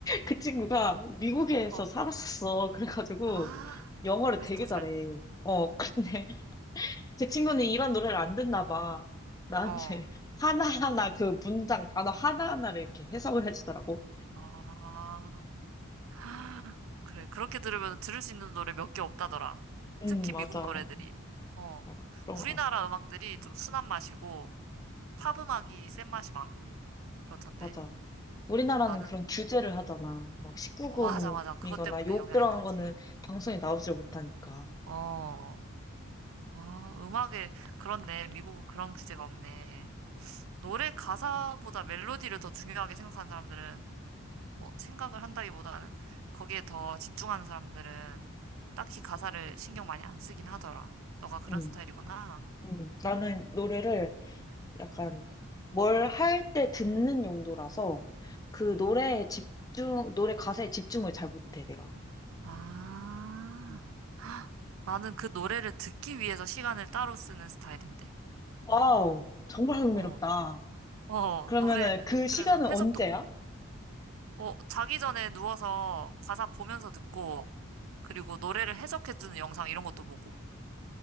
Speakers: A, on the left; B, on the right.
A: 그 친구가 미국에서
B: 어,
A: 살았었어. 그래가지고
B: 아.
A: 영어를
B: 그래서
A: 되게
B: 더 잘
A: 잘해.
B: 듣는. 거.
A: 어, 근데
B: 음,
A: 제 친구는 이런 노래를 안 듣나 봐. 나한테
B: 어,
A: <laughs> 하나하나 그 문장 단어 하나하나를 이렇게 해석을 해주더라고.
B: 아. 아, 그래. 그렇게 들으면 들을 수 있는 노래 몇 개 없다더라.
A: 응,
B: 특히
A: 맞아.
B: 미국 노래들이. 어.
A: 아, 그런
B: 우리나라
A: 것 같아.
B: 음악들이 좀 순한 맛이고, 팝 음악이 센 맛이 많고, 그렇던데.
A: 맞아. 우리나라는
B: 나는,
A: 그런 규제를 하잖아. 막 19금이거나
B: 맞아, 맞아. 그것 때문에
A: 욕
B: 영향이
A: 들어간
B: 크지.
A: 거는 방송에 나오질 못하니까.
B: 어. 아, 음악에, 그렇네. 미국은 그런 규제가 없네. 노래 가사보다 멜로디를 더 중요하게 생각하는 사람들은 뭐 생각을 한다기보다는 거기에 더 집중하는 사람들은 딱히 가사를 신경 많이 안 쓰긴 하더라. 너가 그런
A: 응,
B: 스타일이구나.
A: 응. 나는 노래를 약간
B: 음.
A: 뭘 할 때 듣는 용도라서 그
B: 음.
A: 노래에 집중, 노래 가사에 집중을 잘 못해, 내가.
B: 아.
A: 응.
B: 헉, 나는 그 노래를 듣기 위해서 시간을 따로 쓰는 스타일인데.
A: 와우, 정말 흥미롭다.
B: 어. 어,
A: 그러면은
B: 노래
A: 그
B: 그래서
A: 시간은
B: 해석도
A: 언제야?
B: 보고. 어, 자기 전에 누워서 가사 보면서 듣고 그리고 노래를 해석해주는 영상 이런 것도 보고.